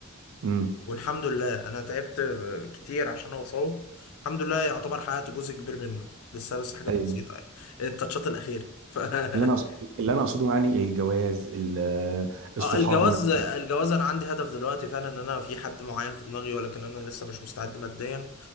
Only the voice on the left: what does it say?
والحمد لله انا تعبت آه، كتير عشان اوصله الحمد لله يعتبر حققت جزء كبير منه لسه بس حاجات
بسيطة يعني التاتشات الأخيرة ف
<laughs>
اه
الجواز
الجواز انا عندي هدف دلوقتي فعلا ان انا في حد معين في دماغي ولكن انا لسه مش مستعد ماديا